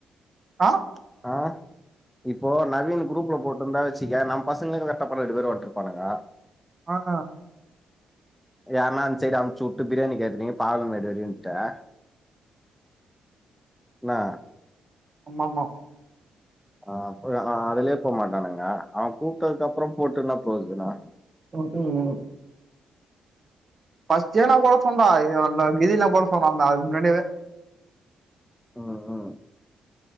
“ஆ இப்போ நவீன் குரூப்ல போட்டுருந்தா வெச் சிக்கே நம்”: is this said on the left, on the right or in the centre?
Centre